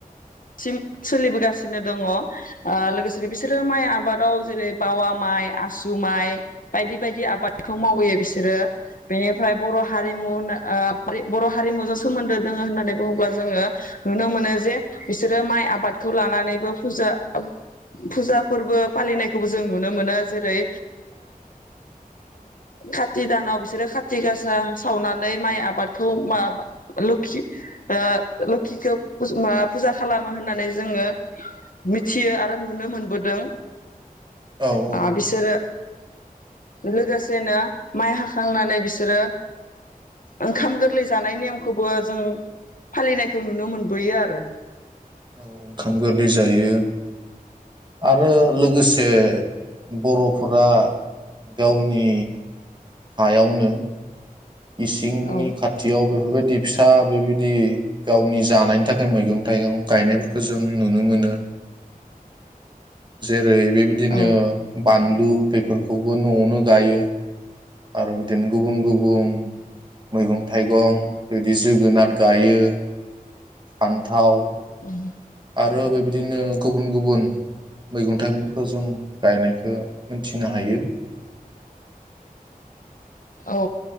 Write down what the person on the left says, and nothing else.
सिम सोलिबोगासिनो दङ ओ लोगोसेनो बिसोरो माइ आबादाव जेरै बावा माइ आसु माइ बायदि बायदि आबादखौ मावबोयो बिसोरो बेनिफ्राय बर' हारिमु ओ बर' हारिमुजों सोमोन्दो दोङ होननानै बुङोब्ला जोङो नुनो मोनो जे बिसोरो माइ आबादखौ लानानैबो फुजा-फुजा फोर्बोजा फोरबो फालिनायखौबो जों नुनो मोनो जेरै काति दानाव बिसोरो खाति गासा सावनानै माइ आबादखौ लोखि ओ लोखिखौ फुजा खालाम होननानै जोङो मिथियो आरो नुनो मोनबोदों।
आ बिसोरो लोगोसेनो माइ हाखांनानै बिसोरो ओंखाम गोरलै जानाय नेयमखौबो जों फालिनायखौ नुनो मोनबोयो आरो।
औ
औ
उम।
औ